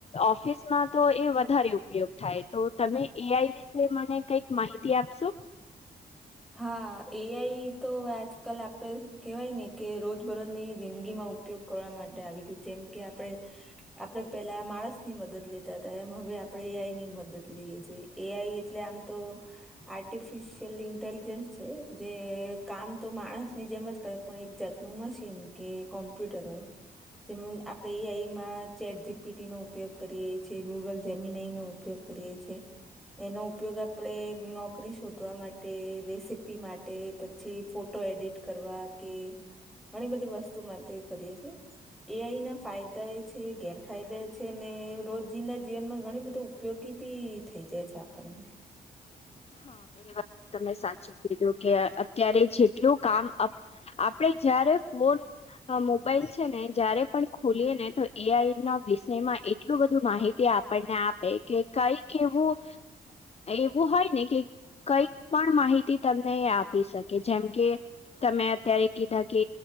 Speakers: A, on the left; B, in the centre.
A: ઓફિસમાં તો એ વધારે - ઉપયોગ થાય તો તમે એઆઈ વિશે મને કઈક માહિતી આપશો?
B: હા એઆઈ તો આજકાલ આપણે કહેવાય ને કે રોજ બરોજ ની જિંદગીમાં ઉપ- ઉપયોગ કરવા માટે આવી ગયું જેમ કે આપડે- આપડે પેલા માણસ ની મદદ લેતા હતા એમ હવે આપડે એની મદદ લઈએ છીએ. એ આઈ એટલે આમ તો આર્ટિફિશિયલઈ - ઇન્ટેલિજન્સ છે જે કામ તો માણસની જેમ જ કરે પણ એક જાતનું મશીન કે- કોમપ્યુટરલ. જેમ આપણે એ આઈમાં ચેટ જીપીટી નો ઉપયોગ કરીએ છીએ ગૂગલ જેમીન આઈ નો ઉપયોગ- એનો ઉપયોગ આપણે નોકરી શોધવા માટે- રેસીપી માટે પછી ફોટો એડિટ કરવા કે ઘણી બધી વસ્તુ માટે કરીએ છ છે એઆઈ ના ફાયદા એ છે ગેરફાયદા એ છે અને રોજિંદા જીવનમાં ઘણી બધું ઉપયોગી બી થઈ જાય છે આપણને
A: હ એ વાત તમે સાચું કીધું કે અત્યારે જેટલું કામ આપડે જયારે ફોન મોબાઈલ છે ને જયારે પણ ખોલીએ ને તો એઆઈ ના વિષયમાં એટલું બધું માહિતી આપે આપણને આપે કે કઈક એવું એવું હોય ને કે કઈક પણ માહિતી તમને આપી શકે જેમ કે તમે અત્યારે કીધા કે